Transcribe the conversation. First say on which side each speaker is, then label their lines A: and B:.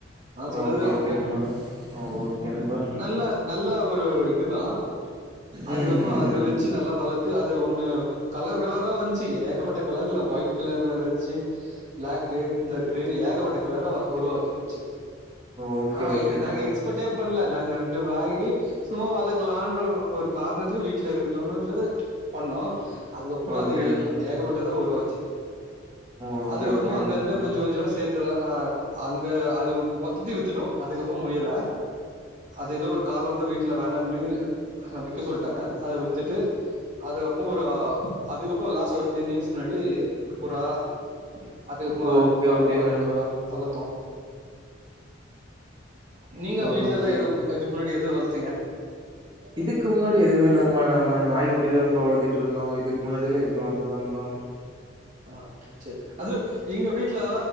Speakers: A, on the right (about 40°); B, on the right (about 25°).
A: நான் சொன்னது
B: ஓகே
A: அப்போ
B: ஓகே நண்பா ஓகே நண்பா
A: நல்ல நல்ல ஒரு இது ஹலோ அதுக்கப்புறம்
B: ம் ம்
A: அது
B: ம்
A: வச்சு
B: ம்.
A: நல்லா வளர்த்து அது ஒண்ணு கலர் கலரா வந்துச்சி ஏக பட்ட கலர்ல ஒயிட் கலர்ல இருந்துச்சு பிளாக்கு இந்த கிரே ஏகப்பட்ட கலரா உருவாகச்சு
B: ஓகே
A: அவஹ்
B: ஓகே நண்பா
A: நாங்க எக்ஸ்பர்டே பண்ணல நாங்க ரெண்டு வாங்கி சும்மா வளர்க்கலான் என்ற ஒரு காரணத்துக்கு வீட்டுல இருக்கட்டோன்று பண்ணோம். அதுக்கப்புறம்
B: ஓகே
A: அது எ
B: நண்பா
A: ஏகப்பட்ட புரோச்சு
B: ஓகே
A: அதுக்கப்புறமா
B: ஓகே
A: அங்க
B: நண்பா
A: அங்க கொஞ்சோ கொஞ்சோ சேத்து து அ அங்க அது மொத்தத்தையு வித்துட்டோ. அதுக்கப்புறோ முயல அது ஏதோ ஒரு காரணத்த வீட்ல வேணானு விக்க சொல்ட்டாங்க அத வித்துட்டு அதுக்கப்புறோ ஒரு அதுக்கப்புறோ லாஸ்ட் வருஷோ டெண்யியர்ஸ் முன்னாடி புறா அதுக்குப்புறமா
B: ஓகே
A: அது அத
B: ஓகேங்க
A: வள
B: நண்பா
A: வளர்த்தோ நீங்க வீட்ல
B: ஓகே
A: எல்லா எதுவு இதுக்கு முன்னாடி... எது வள்
B: இதுக்கு முன்னாடி எதுவுமே இல்ல நம்ம நம்ம நாய்க்குட்டிதா நண்பா வளத்திட்டு இருந்தோ இதுக்கு முன்னாடி எல்லா எதுவுமே வளக்கள நண்பா
A: ஆஹ் சேரி அது எங்க வீட்ல